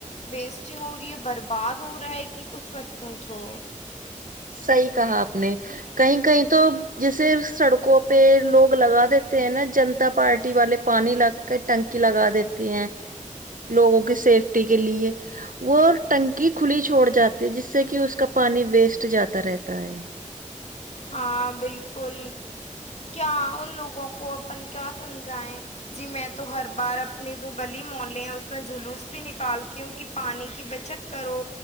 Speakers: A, on the left; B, on the right.
A: ویسٹنگ ہو رہی ہے برباد ہو رہا ہے کہ کچھ پونچھو
B: صحی کہا آپ نے کہیں کہیں تو جیسے سڑکوں پہ لوگ لگا دیتے ہیں نا جنتا پارٹی والے پانی لگ کے ٹنکی لگا دیتے ہیں لوگوں کی سیفٹی کے لیے وہ ٹنکی کھلی چھوڑ جاتی جس سے کہ اس کا پانی ویسٹ جاتا طرحت ہے
A: ہاں بالکل کیا ان لوگوں کو اپن کیا سمجھائیں جی میں تو ہر بار اپنی جو گلی مولے ہیں اس میں جلوس بھی نکالتی ہوں کہ پانی کی بچت کرو